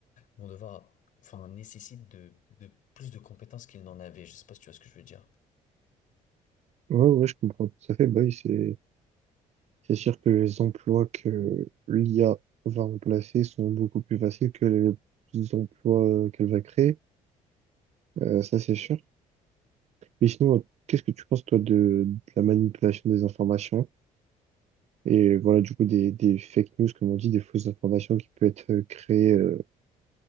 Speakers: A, on the left (about 65°); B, on the right (about 50°).
A: vont devoir, enfin, nécessitent de, de plus de compétences qu'ils n'en avaient. Je sais pas si tu vois ce que je veux dire.
B: Ouais, ouais, je comprends tout à fait. Bah oui, c'est c'est sûr que les emplois que l'IA va remplacer sont beaucoup plus faciles que les emplois euh, qu'elle va créer. Euh, ça, c'est sûr. Mais sinon, euh, qu'est-ce que tu penses, toi, de, de la manipulation des informations et voilà, du coup, des, des fake news, comme on dit, des fausses informations qui peuvent être euh, créées euh,